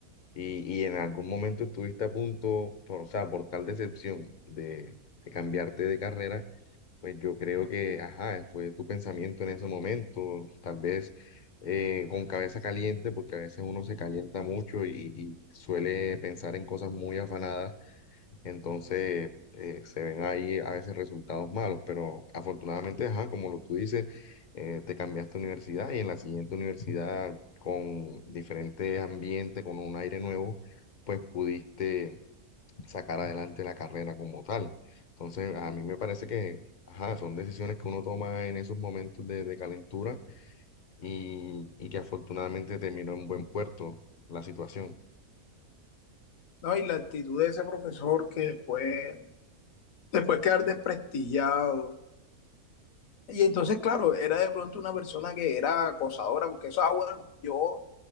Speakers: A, on the left; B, on the left.
A: y, y en algún momento estuviste a punto, por, o sea, por tal decepción de, de cambiarte de carrera, pues yo creo que, ajá, fue tu pensamiento en ese momento, tal vez eh, con cabeza caliente, porque a veces uno se calienta mucho y, y suele pensar en cosas muy afanadas, entonces eh, se ven ahí a veces resultados malos, pero afortunadamente, ajá, como lo tú dices, eh, te cambiaste de universidad y en la siguiente universidad con diferente ambiente, con un aire nuevo, pues pudiste sacar adelante la carrera como tal. Entonces, a mí me parece que, ajá, son decisiones que uno toma en esos momentos de, de calentura y, y que afortunadamente terminó en buen puerto la situación.
B: ¿no? Y la actitud de ese profesor que después, después quedar desprestigiado. Y entonces, claro, era de pronto una persona que era acosadora, porque eso, ah, bueno, yo